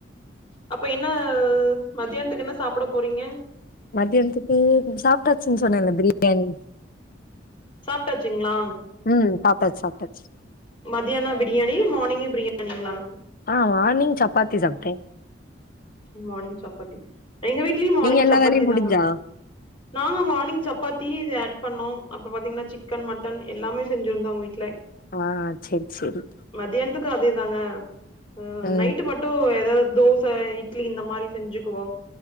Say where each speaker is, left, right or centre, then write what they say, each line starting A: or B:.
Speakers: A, on the left (about 30°); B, on the left (about 45°).
A: அப்ப என்ன மத்தியானத்துக்கு என்ன சாப்பட போறீங்க
B: மத்தியானத்துக்கு சாப்ட்டாச்சுன்னு சொன்னேல்ல பிரியாணி
A: சாப்ட்டாச்சுங்களா
B: ம். சாப்ட்டாச்சு, சாப்ட்டாச்சு.
A: மத்தியானோ பிரியாணி மார்னிங்கு பிரியாணிங்களா
B: ஆ மார்னிங் சப்பாத்தி சாப்ட்டே
A: மார்னிங் சப்பாத்தி எங்க வீட்லயு மார்னிங்
B: நீங்க எல்லா
A: சப்பாத்தி
B: வேலையும் முடிஞ்சா?
A: தாங்க நாங்க மார்னிங் சப்பாத்தி இது ஆட் பண்ணோ அப்பறோ பாத்திங்கன்னா சிக்கன் மட்டன் எல்லாமே செஞ்சிருந்தோ எங்க வீட்டுல
B: ஆ செர் சேரி
A: மத்தியானத்துக்கு அதே தாங்க அ
B: ம்,
A: நைட் மட்டு எதாவது தோச இட்லி இந்த மாரி செஞ்சுக்குவோ